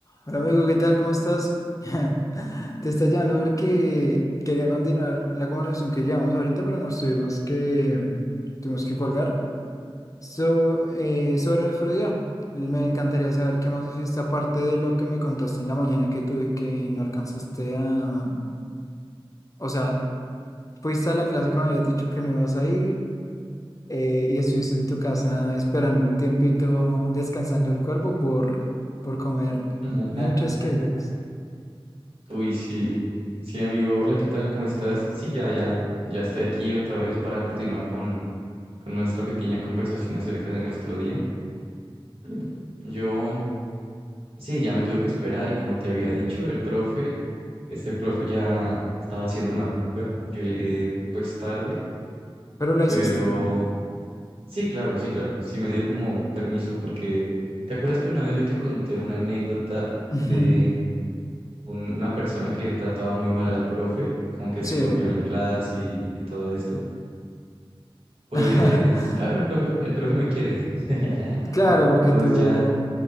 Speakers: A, on the left (about 35°); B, on the right (about 85°).
A: Hola amigo, ¿qué tal? ¿Cómo estás? <laughs> Te está llamando porque quería continuar la conversación que llevamos ahorita, pero nos tuvimos que, tuvimos que colgar. So, eh, sobre nuestro día, me encantaría saber qué más hiciste aparte de lo que me contaste en la mañana que tú, que no alcanzaste a... O sea, fuiste a la clase que me habías dicho que no ibas a ir eh, y estuviste en tu casa esperando un tiempito, descansando el cuerpo por, por comer
B: <laughs>
A: muchos Kellogg's.
B: Uy, sí. Sí, amigo. Hola, ¿qué tal? ¿Cómo estás? Sí, ya, ya. Ya estoy aquí otra vez para continuar con, con nuestra pequeña conversación acerca de nuestro día. <clears throat> Yo, sí, ya me tuve que esperar y como te había dicho, el profe, este profe ya estaba haciendo una prueba. Yo llegué pues tarde,
A: Pero la
B: pero
A: hiciste.
B: sí, claro, sí, claro. Sí me dio como permiso porque ¿te acuerdas que una vez yo te conté una anécdota
A: Ujú,
B: de un- una persona que trataba muy mal al profe, como que
A: Sí.
B: se copió en la clase y, y todo esto. Pues
A: <laughs>
B: claro, el profe, el profe me quiere. <laughs>
A: Claro, porque
B: Entonces
A: tú
B: ya,